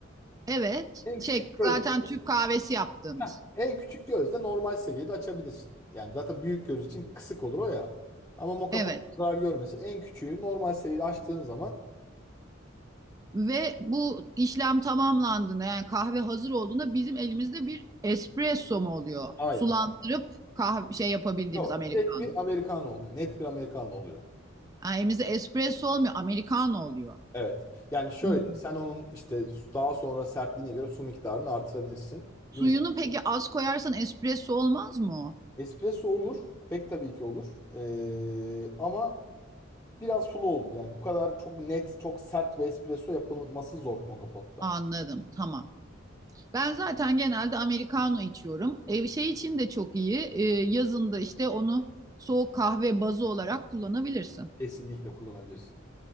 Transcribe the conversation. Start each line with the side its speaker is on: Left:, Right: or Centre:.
Right: Evet.
Left: En küçük
Right: Şey
Left: göz.
Right: zaten Türk kahvesi yaptığımız.
Left: Heh, en küçük gözde normal seviyede açabilirsin. Yani zaten büyük göz için kısık olur o ya. Ama mokapa
Right: Evet.
Left: zarar görmesin. En küçüğü normal seviyede açtığın zaman
Right: Ve bu işlem tamamlandığında yani kahve hazır olduğunda bizim elimizde bir espresso mu oluyor?
Left: hayır.
Right: Sulandırıp kahve şey yapabildiğimiz
Left: Yok.
Right: americano.
Left: Direkt bir Americano oluyor. Net bir Americano oluyor.
Right: Yani elimizde espresso olmuyor, americano oluyor.
Left: Evet. Yani şöyle
Right: Hı.
Left: sen onun işte daha sonra sertliğine göre su miktarını artırabilirsin.
Right: Suyunu
Left: Yumuşak.
Right: peki az koyarsan espresso olmaz mı o?
Left: Espresso olur. Pek tabii ki olur. E, ama biraz sulu olur. Yani bu kadar çok net, çok sert bir espresso yapılması zor moka potta.
Right: Anladım, tamam. Ben zaten genelde americano içiyorum. Ev şey için de çok iyi. Ee, yazın işte onu soğuk kahve bazı olarak kullanabilirsin.
Left: Kesinlikle kullanabilirsin.